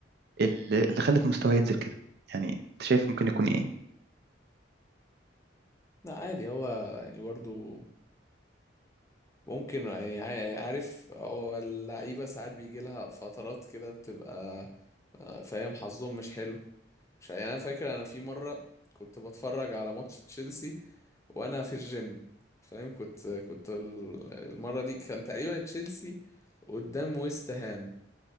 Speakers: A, on the right; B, on the left.
A: اللي اللي خلت مستواه ينزل كده يعني أنت شايف ممكن يكون إيه
B: لا عادي هو يعني برضو ممكن يعني عا- عارف هو اللعيبة ساعات بيجي لها فترات كده بتبقى آه، فاهم حظهم مش حلو مش يعني أنا فاكر أنا في مرة كنت بتفرج على ماتش تشيلسي وأنا في الجيم فاهم كنت كنت ال- المرة دي كان تقريبا تشيلسي قدام ويست هام